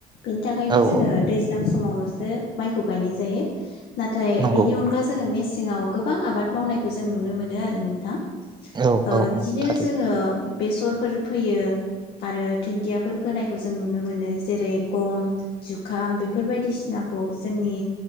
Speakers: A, on the left (about 75°); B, on the right (about 25°).
A: बिनि थाखायनो
B: औ
A: जोङो
B: औ
A: दैज्लां समावलसो माइखौ गायनाय जायो। नाथाय
B: नंगौ
A: बिनि अनगा जोङो मेसें सिङाव गोबां आबाद मावनायखौ जों नुनो मोनो आरो नोंथां ओ
B: औ औ
A: बिदिनो
B: औ थारैनो
A: जोङो बेसर फोर फैयो आरो धोनन्दियाफोर फोनायखौ जों नुनो मोनो जेरै गम जुखाम बेफोर बायदिसिनाखौ जोंनि